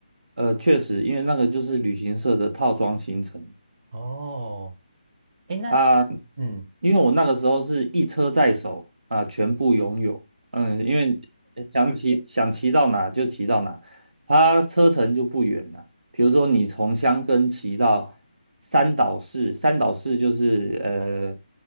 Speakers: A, on the right; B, on the right.
A: 呃，确实，因为那个就是旅行社的套装行程，
B: 哦，哎，那嗯
A: 啊，因为我那个时候是一车在手啊，全部拥有。嗯，因为呃想骑想骑到哪就骑到哪，它车程就不远了。比如说你从箱根骑到三岛市，三岛市就是呃